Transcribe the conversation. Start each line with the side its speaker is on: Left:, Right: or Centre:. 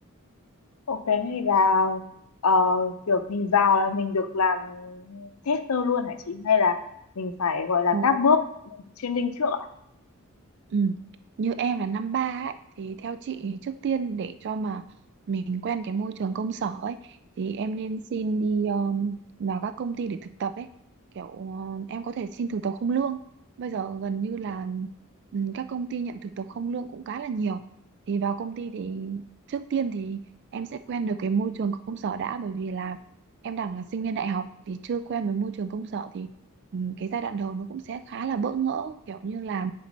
Left: Ủa, cái này là ờ, kiểu mình vào là mình được làm tester luôn hả chị? Hay là mình phải gọi là
Right: Ờ,
Left: các bước training trước ạ?
Right: Ừ. Như em là năm ba ấy thì theo chị thì trước tiên để cho mà mình quen cái môi trường công sở ấy thì em nên xin đi um, vào các công ty để thực tập ấy kiểu uh, em có thể xin thực tập không lương bây giờ gần như là ừ, các công ty nhận thực tập không lương cũng khá là nhiều thì vào công ty thì trước tiên thì em sẽ quen được cái môi trường công sở đã bởi vì là em đang là sinh viên đại học thì chưa quen với môi trường công sở thì ừm, cái giai đoạn đầu nó cũng sẽ khá là bỡ ngỡ kiểu như là